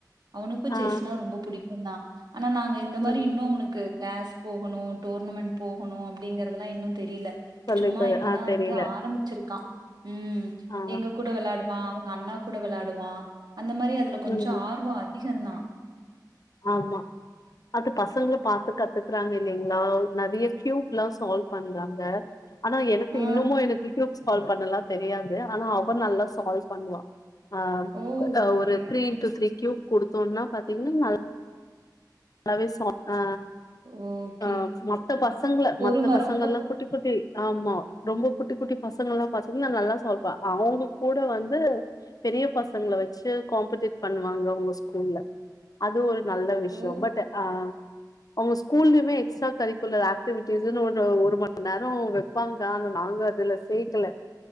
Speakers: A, on the right; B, on the left.
A: அவனுக்கு
B: ஆ
A: செஸ்னா ரொம்ப புடிக்கு தா ஆனா நாங்க இந்த மாரி
B: ம்
A: இன்னு அவனுக்கு கிளாஸ் போகணு டோர்னமெண்ட் போகணு அப்டிங்கறதுல்லா இன்னு தெரில
B: சொல்லித்தரு
A: சும்மா இப்பதா
B: ஆ தெரில
A: வந்து ஆரம்பிச்சிருக்கா ம்
B: ஆ
A: எங்க கூட விளாடுவா அவங்க அண்ணா கூட விளயாடுவா அந்த மாரி அது அதுல கொஞ்சோ
B: ம்
A: ஆர்வோ அதிக தா
B: ஆமா அது பசங்கள பாத்து கத்துக்குறாங்க இல்லலைங்களா அவங் நெறைய கியூப்ல்லா சால்வ் பண்றாங்க ஆனா எனக்கு
A: ஆ
B: இன்னுமு எனக்கு கூயுப் சால்வ் பண்ணலா தெரியாது ஆனா அவ நல்லா சால்வ் பண்ணுவா ஆ
A: ஓ ஓகே
B: அ ஒரு
A: okay
B: three into three cube குடுத்தோம்னா பாத்தீங்கன்னா நல் நாவே ச ஆ
A: ஓகே
B: அ
A: ஓகே
B: மத்த பசங்கள
A: பொறும
B: மத்த பசங்கள்லா
A: ரொம்ப பொ
B: கூட்டி <unintelligible> ஆமா ரொம்ப குட்டி குட்டி பசங்கள் எல்லா பார்த்தீங்கன்ன நா நல்லா சமைப்ப அவங்க கூட வந்து பெரிய பசங்களை வச்சு காம்படேட் பண்ணுவாங்க அங்க ஸ்கூல்ல அது ஒரு நல்ல விஷயோ
A: ஓ
B: பட் ஆ அவங்க ஸ்கூல்லயுமே எக்ஸ்ட்ரா கரிக்குலர் ஆக்டிவிட்டிஸ்ன்னனு ஒன்னு ஒரு மணி நேரோ அவங்க இருப்பாங்க ஆன நாங்க அதுல சேக்கல